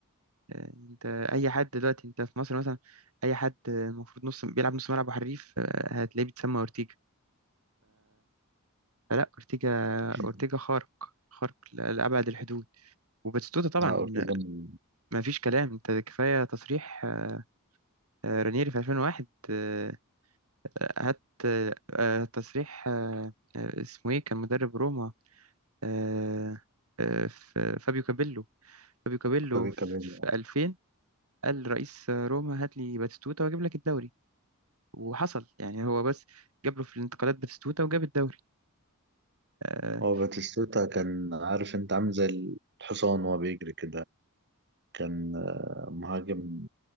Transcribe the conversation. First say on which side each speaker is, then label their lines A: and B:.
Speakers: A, on the right (about 75°); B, on the right (about 50°).
A: آه، انت اي حد دلوقتي انت في مصر مثلا اي حد المفروض نص بيلعب نص ملعب وحريف آه، هتلاقيه بيتسمى اورتيجا فلا اورتيجا
B: <clears throat>
A: اورتيجا خارق خارق ل- لابعد الحدود وباتستوتا طبعا
B: اه اورتيجو من
A: ما فيش كلام انت كفايه تصريح آه، آه، رانيري في 2001 آه، هات آه، آه، تصريح آه، آه، اسمه ايه كان مدرب روما آه، آه، ف- فابيو كابيلو فابيو كابيلو
B: فابي كامينو
A: في 2000 قال رئيس روما هات لي باتستوتا واجيب لك الدوري وحصل يعني هو بس جاب له في الانتقالات باتيستوتا وجاب الدوري آه
B: هو باتيستوتا كان عارف انت عامل زي الحصان وهو بيجري كده كان آه، مهاجم